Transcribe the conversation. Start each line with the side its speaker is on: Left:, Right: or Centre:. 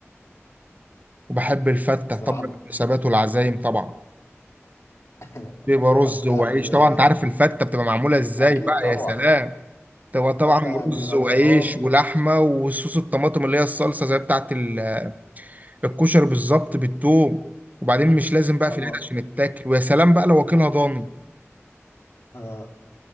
Right: وبحب الفتة
Left: صراحة
Right: طبعا المناسبات والعزايم طبعا
Left: <laughs>
Right: بيبقى رز
Left: حتى
Right: وعيش
Left: يعني
Right: طبعا
Left: آه،
Right: انت عارف الفتة بتبقى معمولة ازاي
Left: اكيد
Right: بقى
Left: طبعا
Right: يا سلام تبقى طبعا
Left: حتى يعني
Right: رز
Left: رمضان
Right: وعيش ولحمة وصوص الطماطم اللي هي الصلصة زي بتاعت ال- الكشري بالظبط بالثوم وبعدين مش لازم بقى
Left: رمضان
Right: في العيد عشان تتاكل ويا سلام بقى لو واكلها ضاني
Left: <laughs>